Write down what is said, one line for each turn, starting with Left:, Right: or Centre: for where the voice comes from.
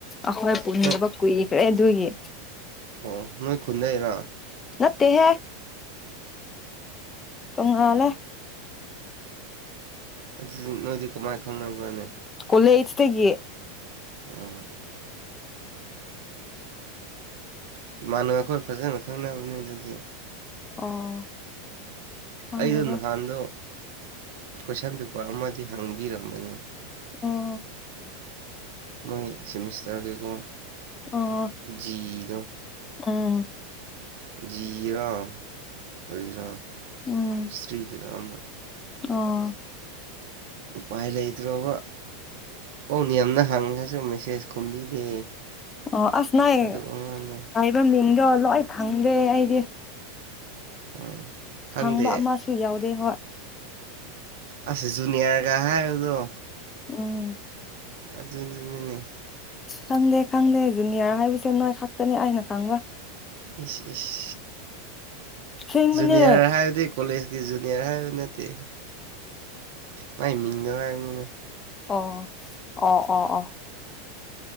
Left: ꯑꯩꯈꯣꯏ ꯄꯨꯅꯤꯡꯕ
Right: ꯅꯣꯏ
Left: ꯀꯨꯏ ꯈꯔ꯭ꯦ ꯑꯗꯨꯒꯤ
Right: ꯑꯣ ꯅꯣꯏ ꯈꯨꯟꯗꯩꯔꯣ
Left: ꯅꯠꯇꯦ ꯍꯦ ꯇꯨꯡꯉꯥꯜꯂꯦ
Right: ꯑꯗꯨꯗꯤ ꯅꯣꯏꯗꯤ ꯀꯃꯥꯏꯅ ꯈꯪꯅꯕ꯭ꯔꯅꯦ
Left: ꯀꯣꯂꯦꯁꯇꯒꯤ
Right: ꯎꯝ ꯏꯃꯥꯟꯅꯅꯕ ꯑꯩꯈꯣꯏ ꯐꯖꯅ ꯈꯪꯅꯕꯅꯤ ꯑꯗꯨꯗꯤ
Left: ꯑꯣ ꯈꯪꯗꯦꯗ
Right: ꯑꯩꯗꯨ ꯅꯍꯥꯟꯗꯨ ꯀꯣꯏꯁꯟ ꯄꯦꯄꯔ ꯑꯃꯗꯤ ꯍꯥꯡꯕꯤꯔꯝꯕꯅꯦ
Left: ꯑꯣ
Right: ꯃꯣꯏ ꯁꯤꯃꯤꯁꯇ꯭ꯔꯒꯦꯀꯣ
Left: ꯑꯣ
Right: ꯖꯤ ꯗꯣ
Left: ꯎꯝ
Right: ꯖꯤꯒꯤꯔ ꯀꯔꯤꯔ
Left: ꯎꯝ
Right: ꯍꯤꯁꯇ꯭ꯔꯤꯒꯤꯔ ꯑꯃ
Left: ꯑꯣ
Right: ꯎꯄꯥꯏ ꯂꯩꯇ꯭ꯔꯕ ꯄꯥꯎ ꯅꯦꯝꯅ ꯍꯪꯉꯁꯨ ꯃꯦꯁꯦꯖ ꯈꯨꯝꯕꯤꯗꯦ
Left: ꯑꯣ ꯑꯁ ꯅꯥꯏ
Right: ꯑꯗꯨ ꯑꯉꯥꯡꯗꯣ
Left: ꯍꯥꯏꯕꯅꯤꯅꯦꯃꯤ ꯂꯣꯏ ꯈꯪꯗꯦ ꯑꯩꯗꯤ
Right: ꯎꯝ ꯈꯪꯗꯦ
Left: ꯈꯪꯕ ꯑꯃꯁꯨ ꯌꯥꯎꯗꯦ ꯍꯣꯏ
Right: ꯑꯁ ꯆꯨꯅꯤꯌꯥꯔꯒ ꯍꯥꯏꯕꯗꯣ
Left: ꯎꯝ
Right: ꯑ ꯑꯗꯨꯅꯤꯅꯦ
Left: ꯈꯪꯗꯦ ꯈꯪꯗꯦ ꯖꯨꯅꯤꯌꯥꯔ ꯍꯥꯏꯕꯁꯦ ꯅꯣꯏ ꯈꯛꯇꯅꯦ ꯑꯩꯅ ꯈꯪꯕ
Right: ꯏꯁ ꯏꯁ
Left: ꯁꯦꯡꯕꯅꯦ
Right: ꯖꯨꯅꯤꯌꯔ ꯍꯥꯏꯕꯗꯤ ꯀꯣꯂꯦꯖꯀꯤ ꯖꯨꯅꯤꯌꯔ ꯍꯥꯏꯕ ꯅꯠꯇꯦ ꯃꯥꯏ ꯃꯤꯡꯅ ꯍꯥꯏꯕꯅꯤꯅ
Left: ꯑꯣꯑꯣꯑꯣ ꯑꯣ